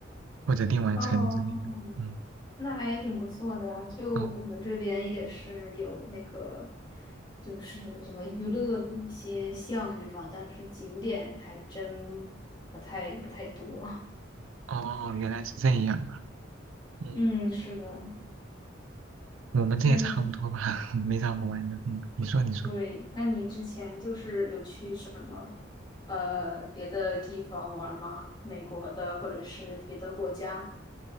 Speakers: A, on the right; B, on the left.
A: 或者电玩城之类的。
B: 哦，
A: 嗯，
B: 那还挺不错的呀。就我们这边也是有那个，
A: 哦
B: 就是什么娱乐的一些项目吧，但是景点还真不太不太多。
A: 哦哦，原来是这样啊。嗯，
B: 嗯，是的。
A: 我们这也差不多吧，
B: 那你
A: <laughs> 没啥好玩的。嗯，你说你说，
B: 对，那你之前就是有去什么呃别的地方玩吗？美国的或者是别的国家？